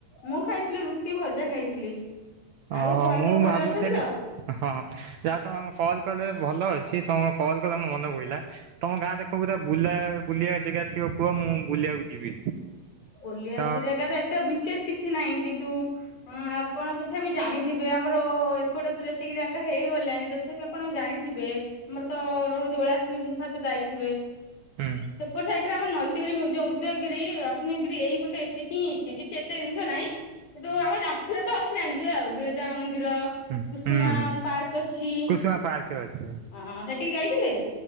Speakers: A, on the left; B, on the right.
A: ମୁଁ ଖାଇଥିଲି ରୁଟି ଭଜା ଖାଇଥିଲି
B: ଓହୋ
A: ଆଉ ଘରେ
B: ମୁଁ
A: ସବୁ ଭଲ
B: ଭାବୁଥିଲି
A: ଅଛନ୍ତି ତ?
B: ହଁ ଯାହା ତମେ ଆମ କଲ୍ କଲେ ଭଲ ଅଛି ତମ କଲ୍ କଲ ମ ମନେ ପଇଲା। ତମ ଗାଁ କଉରା ବୁଲା ବୁଲିବା ଜେଗା ଥିବ କୁହ ମୁଁ ବୁଲିବାକୁ ଯିବି।
A: ବୁଲିବାକୁ
B: ତ
A: ଜାଗା ତ ଏତେ ବିଶେଷ କି କିଛି ନାହିଁ କିନ୍ତୁ ଆପଣ ତଥାପି ଜାଣିଥିବେ ଆମର ଏ ସେପଟ ତ ଯେତିକି ଜାଗା ହେଇଗଲାଣି ତଥାପି ଆପଣ ଜାଣି ଥିବେ ଆମର ତ ରହୁଛି ଓଳା ଶୁଣି ଗୁମ୍ଫା ତ ଯାଇଥିବେ
B: ହୁଁ
A: ସେପଟ ସାଇଟ୍ ରେ ଆମର ନଲତିଗିରି ଯଉ ଉଦୟଗିରି ରତ୍ନଗିରି ଏଇପଟେ ଏତିକି ଅଛି କିଛି ଏତେ ଜିନିଷ ନାହିଁ। କି ତୁ ଆମ ଯାଜପୁରରେ ତ ଅଛି ଜାଣିଥିବେ ଆଉ ବିରଜା ମା ମନ୍ଦିର
B: ହୁଁ
A: କୁସୁମା
B: ହୁଁ ହୁଁ
A: ପାର୍କ ଅଛି।
B: କୁସୁମା ପାର୍କ ଅଛି।
A: ହଁ ସେଠିକି ଯାଇଥିଲେ?